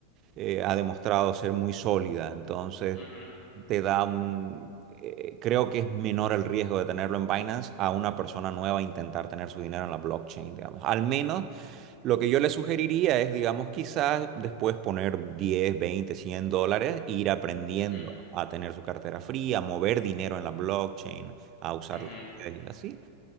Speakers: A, on the right; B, on the left.
A: eh, ha demostrado ser muy sólida, entonces
B: Ujú,
A: te da un... eh, creo que es menor el riesgo de tenerlo en Binance a una persona nueva intentar tener su dinero en la blockchain, digamos. Al menos lo que yo le sugeriría es, digamos, quizás después poner 10, 20, 100 dólares, ir aprendiendo
B: ujú,
A: a tener su cartera fría, a mover dinero en la blockchain, a usar
B: ujú,
A: las redes y así.